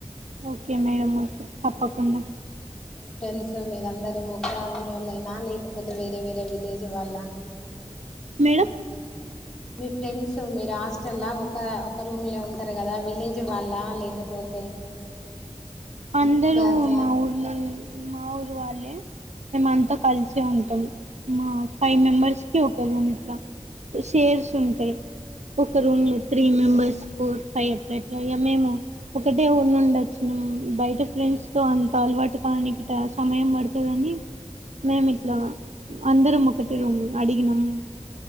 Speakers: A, on the right; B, in the centre.
A: ఓకే మేడంమ్ ఓకే తప్పకుండా
B: మీ ఫ్రెండ్స్ మీరందరుూ ఒక ఊరుళ్ళనా లేకపోతే వేరే వేరే విలేజ్ వల్ల
A: మేడమ్
B: మీ ఫ్రెండ్స్ మీ రాస్ లా ఒక ఒక రూమ్ లో ఉంటారు కదా విలేజ్ వాళ్ళ లేకపోతే స్కూల్
A: అందరుూ
B: బ్యాచా
A: మాఊరు మాఊరు వాళ్ళే మేము అంతా కలిసే ఉంటాం మా ఫైవ్ మెంబర్స్ కి ఒక రూమ్ ఇట్లా షేర్స్ ఉంటాయి ఒక రూమ్ లో త్రీ మెంబర్స్ ఫోర్ ఫైవ్ అట్లాట్లా ఇ మేము ఒకటే ఊర్ నుండి వచ్చినము బయట ఫ్రెండ్స్ తో అంత అలవాటు కాడానికి సమయం పడుతుందని మేమి ఇట్లా అందరము కట్టి రూమ్ అడిగినం